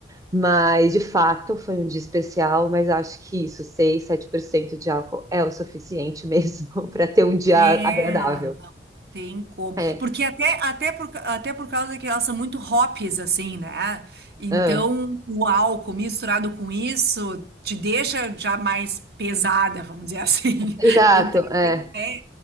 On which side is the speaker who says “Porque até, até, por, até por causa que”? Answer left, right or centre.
Right